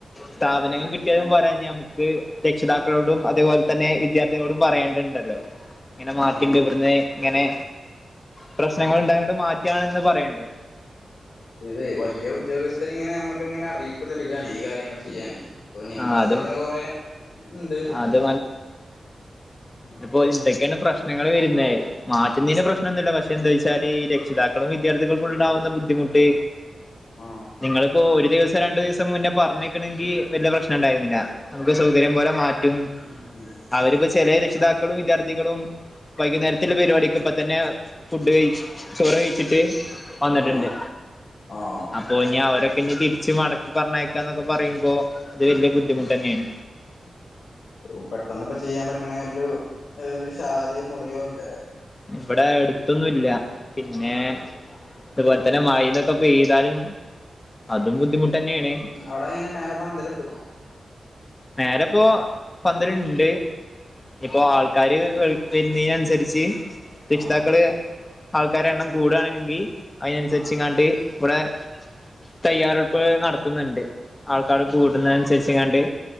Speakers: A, on the left; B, on the left.
A: സ്ഥാപനം കിട്ടിയതും പോരാ ഞമുക്ക് രക്ഷിതാക്കളോടും അതേപോലെ തന്നെ വിദ്യാർ ത്ഥികളോടും പറയണ്ടിണ്ടല്ലോ ഇങ്ങനെ മാറ്റിണ്ട്
B: ആഹ്
A: ഇവിടുന്ന് ഇങ്ങനെ പ്രശ്നങ്ങൾ ഉണ്ടായൊണ്ട് മാറ്റണന്ന് പറയണ്ടേ
B: ഇത് വലിയ ഉദ്യോഗസ്ഥരിങ്ങനെ നമ്മുക്ക് ഇങ്ങനെ അറിയിപ്പ് നൽകയാണ് ഈ കാര്യങ്ങൾ ചെയ്യാന് ഇപ്പൊ നിങ്ങള
A: ആഹ്
B: സ്ഥലത്ത്ന്ന്
A: അത്
B: കൊറേ ഉണ്ട്
A: അത്
B: ആഹ്
A: അപ്പോ ഇതോക്കെയാണ് പ്രശ്നങ്ങൾ വരുന്നെ മാറ്റുന്നേന്
B: ഉം
A: പ്രശ്ന നൊന്നുല്ല പക്ഷെ എന്താ വെച്ചാല് രക്ഷിതാക്കളും വിദ്യാർത്ഥികൾക്കും ഉണ്ടാവുന്ന ബുദ്ധിമുട്ട്
B: ആഹ്
A: നിങ്ങളിപ്പോ ഒരു ദിവസം രണ്ടു ദിവസം മുന്നേ പറഞ്ഞ് ട്ടണെങ്കി വല്ല്യ പ്രശ്നണ്ടായിരുന്നില്ല നമുക്ക് സൗകര്യം പോലെ മാറ്റും
B: ഉ ഉം
A: അവരിപ്പൊ ചെലെ രക്ഷിതാക്കളും വിദ്യാർത്ഥികളും വൈകുന്നേരത്തില്ല പരിപാടിക്ക് ഇപ്പത്തന്നെ ഫുഡ് കയ്ച് ചോറ് കയ്ച്ചിട്ട് വന്നിട്ടുണ്ട്
B: ആഹ് ആഹ് ആഹ്
A: അപ്പൊ ഇഞ് അവരൊക്കെഞ്ഞ് തിരി ച്ച് മടക്കി പറഞ്ഞയക്കാന്നൊക്കെ പറയുമ്പൊ ത് വല്ല്യ ബുദ്ധിമുട്ടന്നേണ്
B: ഓ പെട്ടെന്ന്പ്പൊ ചെയ്യാൻ പറ്റണങ്ങനൊരു ഇതിനൊരു ശാലോ മുറിയോ ഇല്ലലേ
A: ഇവിടെ അടുത്തൊന്നുംല്ല പിന്നെ ഇതുപോലെ തന്നെ മഴെ തൊക്കെ പെയ്താലും അതും ബുദ്ധിമുട്ടന്നേണ്
B: അവടങ്ങെ നെ മേലെ പന്തല്ട്ട്ക്ക്‌ണോ
A: മേലെപ്പൊ പന്തല്ണ്ട് ഇപ്പൊ
B: ആഹ്
A: ആൾ ക്കാര് വരുന്നിനനു സരിച്ച് രക്ഷിതാക്കള്
B: ആഹ്
A: ആൾക്കാരെ എണ്ണം കൂടുആണെങ്കി അയിനനുസരിച്ച്ങ്ങാണ്ട്
B: ആഹ്
A: ഇവിടെ തയ്യാറെടുപ്പ് നടത്തുന്നുണ്ട് ആൾക്കാട് കൂടുന്നനുസരിച്ച് ങ്ങാണ്ട്